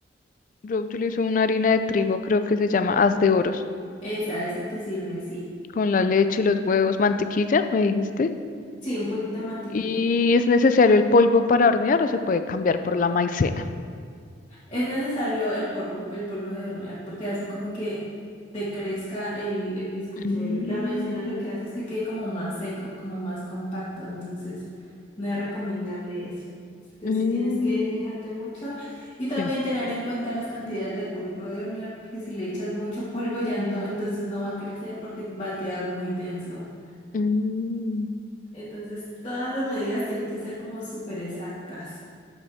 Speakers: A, on the left (about 40°); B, on the left (about 25°).
A: yo utilizo una harina de trigo, creo que se llama haz de oros,
B: esa, esa te sirve, sí.
A: con la leche, los huevos, mantequilla, me dijiste.
B: Sí, un poquito de mantequilla.
A: ¿Y es necesario el polvo para hornear o se puede cambiar por la maicena?
B: Es necesario el polvo, el polvo de hornear, porque hace como que te crezca el, el bizcochuelo.
A: Mm.
B: La maicena lo que hace es que quede como más seco, como más compacto, entonces no es recomendable eso. Entonces
A: Mm.
B: sí tienes que fijarte mucho y también
A: Sí.
B: tener en cuenta las cantidades del polvo de hornear, porque si le echas mucho polvo ya no, entonces no va a crecer porque va a quedar muy denso.
A: Mm.
B: Entonces, todas las medidas tienen que ser como súper exactas.